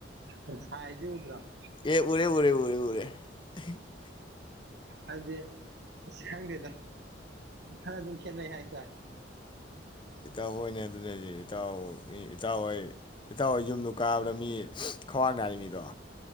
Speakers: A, on the right (about 65°); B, on the left (about 25°).
A: ꯎꯝ ꯁꯥꯏꯖꯦ ꯎꯗꯔꯣ
B: ꯑꯦ ꯎꯔꯦ ꯎꯔꯦ ꯎꯔꯦ ꯎꯔꯦ꯫ <unintelligible>
A: ꯍꯥꯏꯗꯤ ꯏꯁ ꯈꯪꯗꯦꯗꯣ ꯈꯔ ꯑꯗꯨꯝ ꯈꯦꯠꯅꯩ ꯍꯥꯏ ꯇꯔꯦ꯫
B: ꯏꯇꯥꯎꯍꯣꯏꯅꯦ ꯑꯗꯨꯅꯗꯤ ꯍꯥꯏꯁꯦ ꯏꯇꯥꯎ ꯃꯤ ꯏꯇꯥꯎꯍꯣꯏ ꯏꯇꯥꯎꯍꯣꯏ ꯌꯨꯝꯗꯨ ꯀꯥꯕꯗ ꯃꯤ ꯈ꯭ꯋꯥꯥꯛ ꯅꯥꯔꯤꯅꯤꯗꯣ